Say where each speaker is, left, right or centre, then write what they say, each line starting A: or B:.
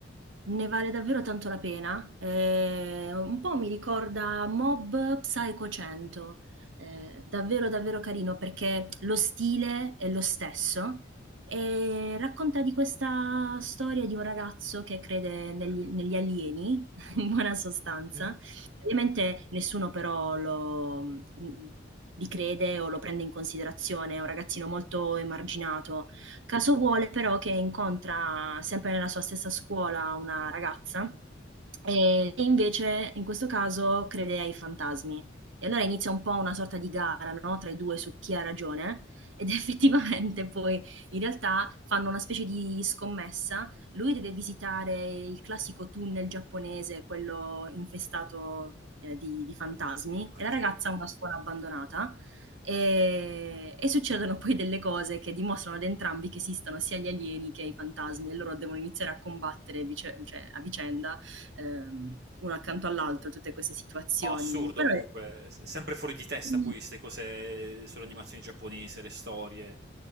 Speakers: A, on the right (about 80°); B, on the right (about 55°).
A: Ne vale davvero tanto la pena. Eh, un po' mi ricorda Mob Psycho 100. Eh, davvero, davvero carino perché lo stile è lo stesso e racconta di questa storia di un ragazzo che crede negli, negli alieni, <laughs> in buona sostanza.
B: Mm?
A: Ovviamente nessuno però lo, mm, li crede o lo prende in considerazione, è un ragazzino molto emarginato
B: Mm,
A: Caso vuole però che incontra sempre nella sua stessa scuola una ragazza e e invece in questo caso crede ai fantasmi. E allora inizia un po' una sorta di gara, no, tra i due su chi ha ragione ed <laughs> effettivamente poi in realtà fanno una specie di scommessa. Lui deve visitare il classico tunnel giapponese, quello infestato, ehm, di di fantasmi
B: ok.
A: e la ragazza ha una scuola abbandonata e, e succedono poi delle cose che dimostrano ad entrambi che esistono sia gli alieni che i fantasmi e loro devono iniziare a combattere vice- cioè, a vicenda, ehm, uno accanto all'altro, tutte queste situazioni.
B: No, assurdo
A: Però
B: comunque.
A: è
B: s- Sempre fuori di testa
A: bellissimo.
B: poi queste cose sull'animazione giapponese, le storie.